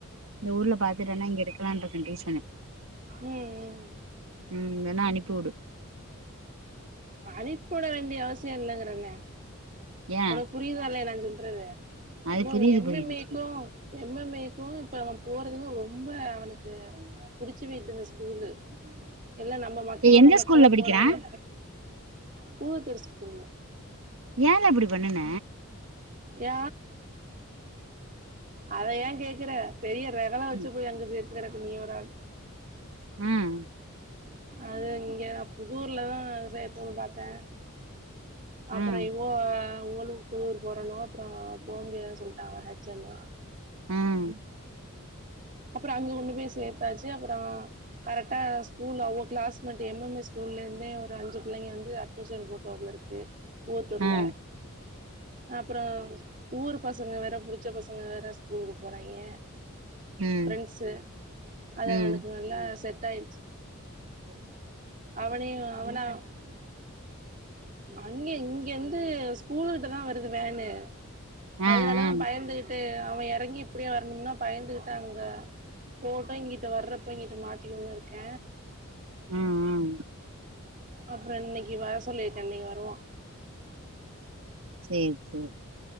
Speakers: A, on the right; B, on the right.
A: இந்த ஊர்ல பாத்துட்டேனா இங்க எடுக்கலான் இருக்கே டியூஷனு
B: ம் ம்.
A: ம் வேனா அனுப்பி வுடு
B: அனுப்பி வுட வேண்டிய அவசியொ இல்லெங்கறானேன
A: ஏ
B: உனக் புரியுதா இல்லையா நா சொல்றது
A: அது
B: மோ
A: புரியுது
B: எம்
A: புரியுது
B: எம் ஏ க்கு எம் எம் ஏ க்கு இப்ப போறது ரொம்ப அவனுக்கு புடுச்சு போயிச்சு அந்த ஸ்கூலு எல்லா நம்ம மக்களோட
A: இப்ப எந்த
B: மக்களா
A: ஸ்கூல்ல படிக்கிறா
B: போறது பூ தெரி ஸ்கூல்ல
A: ஏல அப்டி பண்ணுன
B: ஏ அத ஏ கேக்குற பெரிய ரகல வச்சு
A: ம்
B: போய் அங்க சேத்து கெடக்கு நீ ஒரு ஆளு
A: ம்
B: அது இங்க நா புதூர்லதா சேப்போன் பாத்தே அப்பறொ
A: ம்
B: இவோ இவ்களு ஊர் போரணு அப்புறோ போ முடியாதுன் சொல்ட்டாங்க ஹெச் எம்லா
A: ம்
B: அப்புறோ அங்க கொண்டு போய் சேத்தாச்சு அப்புறோ கரெக்ட்டா ஸ்கூல்லாவோ கிளாஸ்மேட் எம் எம் ஏ ஸ்கூல்ல இருந்தே ஒரு அஞ்சு பிள்ளைங்க வந்து அட்மிஷன் போட்டு வந்திருக்கு பூத்தூர்ல
A: ம்
B: அப்புறோ ஊரு பசங்க வேற புடிச் ச்ச பசங்க வேற ஸ்கூலுக்கு போறாய்ங்க
A: ம்
B: ஃப்ரெண்ட்ஸு அது
A: ம்
B: அவனுக்கு நல்லா செட் ஆயிடுச்சு
A: ஏ ந
B: அவனே அவனா அங்கே இங்கேந்து ஸ்கூலு கிட்ட தா வருது வேனு
A: ஆ
B: அதனாலதா
A: ஆ
B: பயந்து ட்டு அவன் எறங்கி இப்படே வரணும்னா பயந்துகிட்டு அங்க போட்டு இங்கிட்ட வர்றப்ப இங்கிட்டு மாத்திக்குனு இருக்க
A: ம் ம்
B: அப்புறோ இன்னைக்கு வர சொல்லி இருக்க இன்னைக்கு வருவா
A: சேரி சேரி